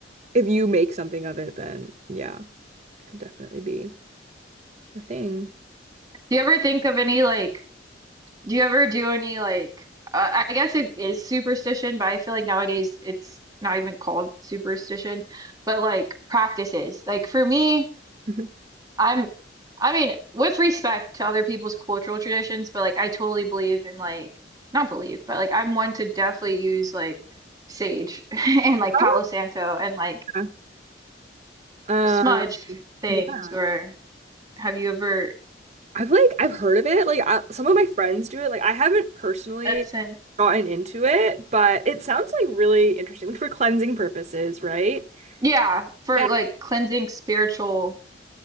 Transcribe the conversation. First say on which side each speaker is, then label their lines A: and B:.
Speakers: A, on the right; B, on the right.
A: if you make something of it, then yeah, it could definitely be a thing.
B: Do you ever think of any like Do you ever do any like uh, I guess it is superstition, but I feel like nowadays it's not even called superstition, but like practices. Like for me,
A: <laughs>
B: I'm I mean, with respect to other people's cultural traditions, but like I totally believe in like not believe, but like I'm one to definitely use like sage <laughs> and like Palo
A: Oh,
B: Santo and like
A: yeah. Um,
B: smudge things
A: yeah.
B: or have you ever
A: I've like, I've heard of it. Like, I, some of my friends do it. Like, I haven't personally
B: incense?
A: gotten into it, but it sounds like really interesting, like for cleansing purposes, right?
B: Yeah, for
A: Yeah.
B: like cleansing spiritual